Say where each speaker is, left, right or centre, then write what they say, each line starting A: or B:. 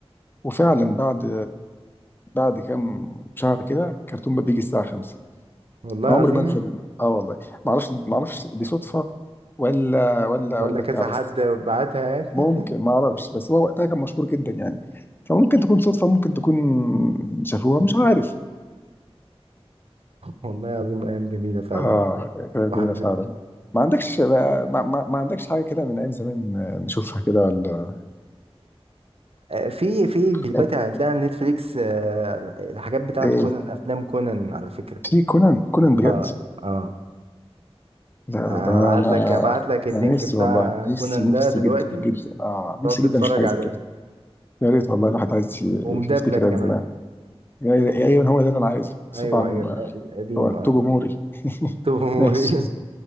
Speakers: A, on the left; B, on the right.
A: وفعلا بعد بعد كام شهر كده كرتون بقى بيجي الساعة 5
B: والله
A: عمري
B: العظيم
A: ما انسى ال- اه والله ما اعرفش ما اعرفش دي صدفة ولا ولا
B: ولا
A: ولا
B: كذا
A: بتاع بس
B: حد بعتها يعني
A: ممكن
B: <laughs>
A: ما اعرفش بس هو وقتها كان مشهور جدا يعني فممكن تكون صدفة ممكن تكون شافوها مش عارف
B: والله العظيم ايام جميله فعلا
A: اه
B: آه.
A: كده
B: واحد
A: جميلة فعلا ما عندكش ما, ما, ما عندكش حاجة كده من ايام زمان نشوفها كده ولا
B: في في دلوقتي
A: ايه
B: يعني هتلاقي على نتفليكس آه، الحاجات بتاعت
A: إيه،
B: كونان افلام كونان على فكره
A: في كونان كونان بجد
B: اه اه
A: لا لا
B: هبعت
A: ده انا ما
B: لك هبعت لك اللينك
A: انا نفسي
B: بتاع
A: والله
B: كونان
A: نفسي
B: ده
A: نفسي
B: دلوقتي
A: جدا جدا اه
B: تقعد
A: نفسي
B: تتفرج
A: جدا اشوف حاجه
B: عليه
A: زي كده يا ريت والله الواحد عايز ي-
B: ومدبلك
A: يفتكر ايام
B: كمان
A: زمان يا يا ايوه هو ده اللي انا عايزه بس
B: ايوه
A: طبعا
B: ايوه الق- القديم
A: وقته
B: اه
A: جمهوري
B: <laughs> توم وموري.
A: ماشي